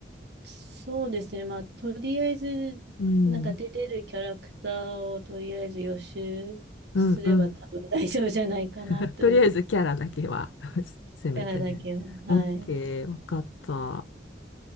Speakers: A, on the right; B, on the left.
A: そうですね。まあ、とりあえず、
B: うん。
A: なんか出てるキャラクターをとりあえず予習すれば多分大丈夫じゃないかなって思う
B: うん、うん。<laughs> とりあえずキャラだけは <laughs> せめてね。
A: キャラだけは。はい。
B: オッケー、わかった。オッ